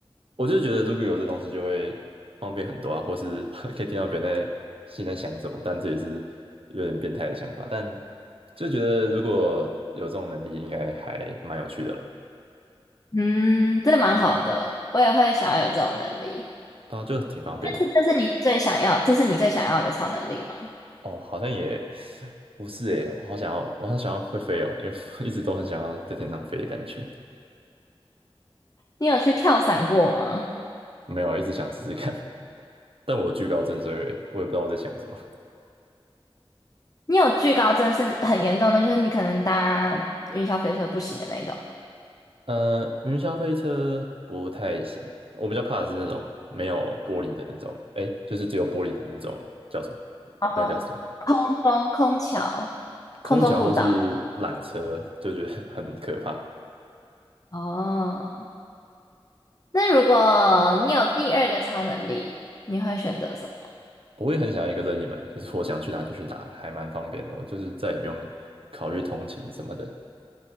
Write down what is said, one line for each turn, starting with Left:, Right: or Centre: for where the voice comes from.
Right: 我就是觉得如果有这东西就会方便很多啊，或是 <laughs> 可以听到别人在心里在想什么，但这也是有点变态的想法，但就觉得如果有这种能力，应该还蛮有趣的啦，
Left: 嗯，真的蛮好的，我也会想要有这种能力。
Right: 对啊，就挺方便的。
Left: 但是，但是你最想要，这是你最想要的超能力吗？
Right: 哦，好像也不是诶，我好想要，我好想要会飞哦，因为我一直都很想要在天上飞的感觉。
Left: 你有去跳伞过吗？
Right: 没有，一直想试试看，但我有惧高症，所以我也不知道我在想什么。
Left: 你有惧高症是很严重的，就是你可能搭云霄飞车不行的那一种，
Right: 呃，云霄飞车不太行，我比较怕的是那种没有玻璃的那种，诶，就是只有玻璃的那种叫什么？
Left: 哦，
Right: 那个叫什么？
Left: 空中空桥、
Right: 空桥或是缆车，
Left: 空中步道，
Right: 就觉得很可怕。
Left: 哦。那如果你有第二个超能力，你会选择什么？
Right: 我也很想要一个任意门，就是我想去哪就去哪，还蛮方便的。我就是再也不用考虑通勤什么的，